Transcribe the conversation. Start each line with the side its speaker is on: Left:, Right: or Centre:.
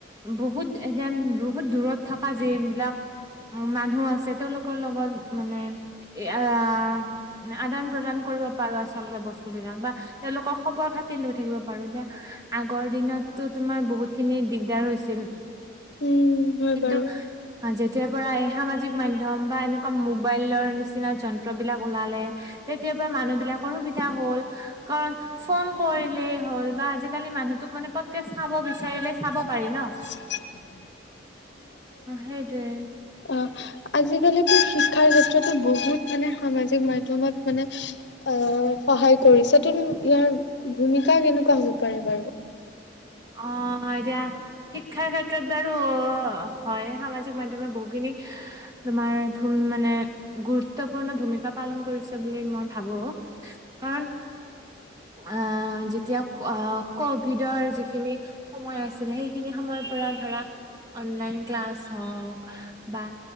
Right: বহুত এদন বহুত দূৰত থকা যে এইবিলাক মানুহ আছে তেওঁলোকৰ লগত মানে আহ মানে আদান প্ৰদান কৰিব পাৰো আচলতে বস্তু বিলাক। বা তেওঁলোকক খবৰ খাতি লৈ থাকিব পাৰো দিয়া। আগৰ দিনতো তোমাৰ বহুত খিনি দিগদাৰ হৈছিল।
Left: উম হয়
Right: কিন্তু
Left: বাৰু
Right: অ' যেতিয়াৰ পৰা এই সামাজিক মাধ্যম বা এনেকুৱা মোবাইলৰ নিচ চিনা যন্ত্ৰবিলাক ওলালে তেতিয়াৰ পৰা মানুহ বিলাকৰ সুবিধা হ'ল। কাৰণ ফোন কৰিলেই হ'ল বা আজিকালি মানুহটোক মানে পতকে চাব বিচাৰিলে চাব পাৰি ন।
Left: উ <unintelligible>
Right: অ' সেইটোৱেই।
Left: অ' আজিকালিতো শিক্ষাৰ ক্ষেত্ৰতো বহুত মানে সামাজিক মাধ্যমত মানে আহ সহায় কৰিছা তুমি ইয়াৰ ভূমিকা কেনেকুৱা হ'ব পাৰে বাৰু?
Right: অ' এতিয়া শিক্ষাৰ ক্ষেত্ৰত বাৰু হয়, সামাজিক মাধ্যমে বহুখিনি তোমাৰ মানে গুৰুত্বপূৰ্ণ ভূমিকা পালন কৰিছে বুলি মই ভাবো। কাৰণ আ' যেতিয়া ক'ভিডৰ যিখি খিনি সময় আছিল, সেইখিনি সময়ৰ পৰা ধৰা অনলাইন ক্লাছ হওঁক বা